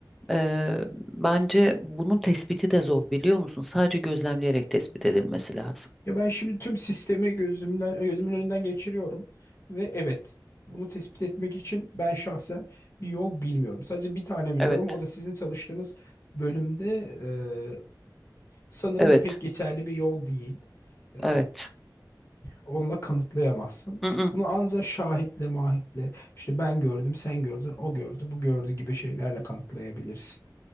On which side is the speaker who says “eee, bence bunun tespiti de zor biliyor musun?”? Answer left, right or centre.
Centre